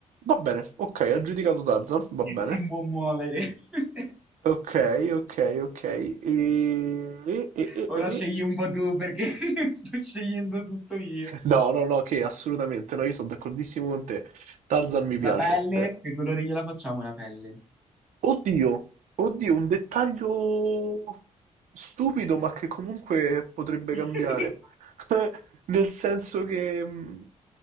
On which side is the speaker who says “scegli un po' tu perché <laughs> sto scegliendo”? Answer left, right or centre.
Centre